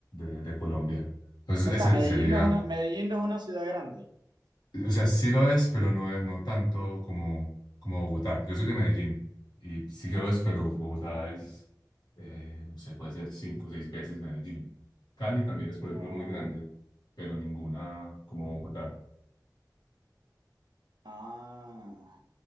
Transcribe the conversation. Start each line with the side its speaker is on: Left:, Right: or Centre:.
Left: de- de Colombia. Entonces,
Right: O
Left: ese
Right: sea, Medellín
Left: sería,
Right: no es una, Medellín no es una ciudad grande.
Left: o sea, sí lo es, pero no es, no tanto como, como Bogotá. Yo soy de Medellín y sí que lo es, pero
Right: Mm.
Left: Bogotá es, eh, no sé, puede ser cinco o seis veces Medellín. Cali también es, por ejemplo,
Right: Ah.
Left: muy grande, pero ninguna como Bogotá.
Right: Ah,